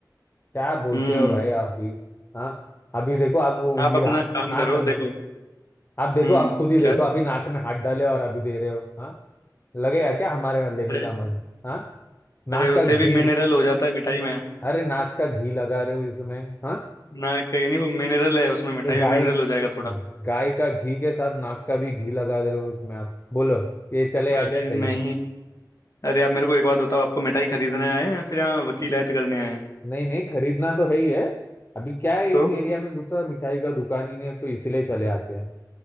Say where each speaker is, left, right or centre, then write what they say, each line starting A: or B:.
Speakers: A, on the left (about 30°); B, on the left (about 50°).
A: क्या बोलते
B: हम्म
A: हो भाई आप भी हाँ अभी देखो आप वो उंगली
B: आप अपना
A: हाँ,
B: काम
A: नाक
B: करो
A: में
B: देखो
A: आप देखो
B: हम्म
A: आप खुद ही देखो
B: क्या
A: अभी नाक में हाथ डाले और अभी दे रहे हो हाँ लगेगा क्या हमारे यहाँ लेने
B: अरे
A: का मन हाँ नाक
B: अरे
A: का
B: उससे
A: घी
B: भी मिनरल हो जाता है मिठाई में
A: अरे नाक का घी लगा रहे हो इसमें हाँ
B: ना कहीं नहीं वो मिनरल है उसमें मिठाई
A: ये गाय
B: में मिनरल हो जाएगा थोड़ा
A: गाय का घी के साथ नाक का भी घी लगा दे रहे हो इसमें आप बोलो ये चलेगा
B: अरे
A: क्या सही
B: नहीं
A: है
B: अरे आप मेरे को एक बात बताओ आपको मिठाई खरीदने आए हैं या फिर यहाँ वकीलायत करने आए हैं
A: नहीं नहीं खरीदना तो है ही है अभी क्या है
B: तो
A: इस एरिया में दूसरा मिठाई का दुकान ही नहीं है तो इसलिए चले आते हैं